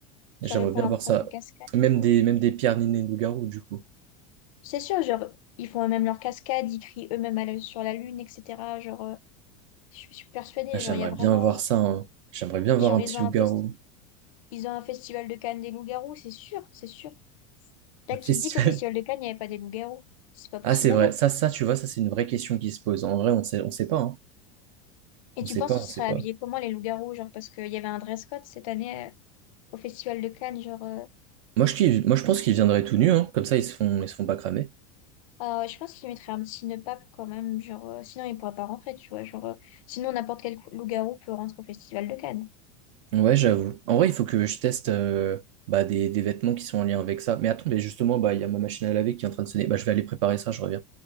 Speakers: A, on the right; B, on the left.
A: J'aimerais
B: Genre, ils font
A: bien
B: leur
A: voir
B: propre
A: ça.
B: cascade
A: Même
B: et tout.
A: des, même des pierres ninées de loup-garou, du coup.
B: C'est sûr, genre, ils font eux-mêmes leur cascade, ils crient eux-mêmes à la- sur la lune, etc. Genre, euh, je suis je suis persuadée,
A: Ah, J'aimerais
B: genre, il y a vraiment.
A: bien voir ça. hein. J'aimerais bien
B: Genre,
A: voir un
B: ils
A: petit
B: ont
A: loup-garou.
B: un fest... ils ont un festival de Cannes des loups-garous, c'est sûr, c'est sûr. Là,
A: Un
B: qui
A: festival.
B: dit qu'au festival
A: <laughs>
B: de Cannes, il n'y avait pas des loups-garous? C'est pas possible
A: Ah, c'est
B: à
A: vrai.
B: voir.
A: Ça, ça, tu vois, ça, c'est une vraie question qui se pose. En vrai, on sait, on sait pas, hein.
B: Et
A: On
B: tu
A: sait
B: penses
A: pas,
B: qu'ils
A: on
B: seraient
A: sait pas.
B: habillés comment les loups-garous, genre parce qu'il y avait un dress code cette année euh, au Festival de Cannes, genre euh,
A: Moi, je, kiffe- moi, je pense qu'ils viendraient tout nus, hein. Comme ça, ils se font, ils se font pas cramer.
B: euh, je pense qu'ils mettraient un petit nœud pape quand même, genre euh, sinon ils pourraient pas rentrer, tu vois, genre euh, sinon n'importe quel loup-garou peut rentrer au Festival de Cannes.
A: Ouais, j'avoue. En vrai, il faut que je teste, euh, bah, des, des vêtements qui sont en lien avec ça. Mais attends, mais justement, bah, il y a ma machine à laver qui est en train de sonner. Bah, je vais aller préparer ça, je reviens.